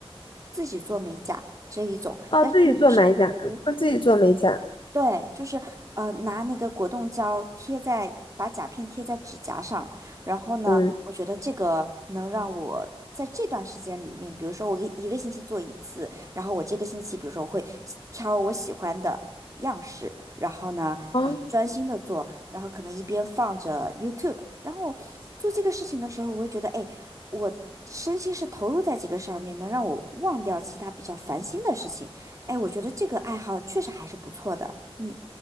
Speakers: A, on the right; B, on the left.
A: 自己做美甲这一种，
B: 哦，
A: 但是又不是涂。
B: 自己做美甲，他自己做美甲，
A: 对，就是呃，拿那个果冻胶贴在，把甲片贴在指甲上，然后呢，
B: 嗯，
A: 我觉得这个能让我在这段时间里面，比如说我一一个星期做一次，然后我这个星期，比如说我会挑我喜欢的样式，然后呢，
B: 哦
A: 啊、专心的做，然后可能一边放着 YouTube，然后做这个事情的时候，我会觉得，哎，我身心是投入在这个上面，能让我忘掉其他比较烦心的事情。哎，我觉得这个爱好确实还是不错的，你